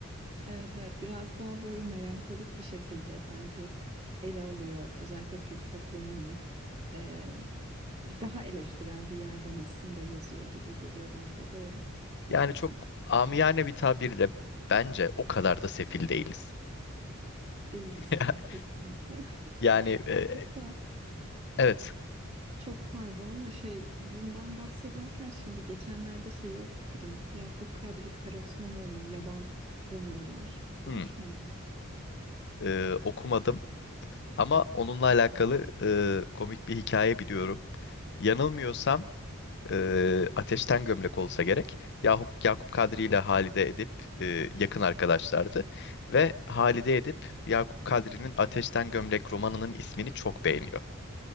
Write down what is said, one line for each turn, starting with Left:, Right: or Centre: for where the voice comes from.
Right: evet, evet. Biraz daha böyle melankolik bir şekilde sanki ele alıyor özellikle Türk toplumunu. Ee, bir daha eleştirel bir yerden aslında yazıyor gibi geliyor bana da doğru. Haklısın.
Left: Yani çok amiyane bir tabirle bence o kadar da sefil değiliz.
Right: Değiliz
Left: <laughs>
Right: ya kesinlikle.
Left: Yani e,
Right: <laughs> Da.
Left: Evet.
Right: Çok pardon ama şey bundan bahsederken şimdi geçenlerde şeyi okudum. Yakup Kadri Karaosmanoğlu'nun Yaban romanı var. Okumuş
Left: Hmm.
Right: muydun?
Left: Ee, okumadım ama onunla alakalı e, komik bir hikaye biliyorum. Yanılmıyorsam e, Ateşten Gömlek olsa gerek. Yakup, Yakup Kadri ile Halide Edip e, yakın arkadaşlardı. Ve Halide Edip Yakup Kadri'nin Ateşten Gömlek romanının ismini çok beğeniyor.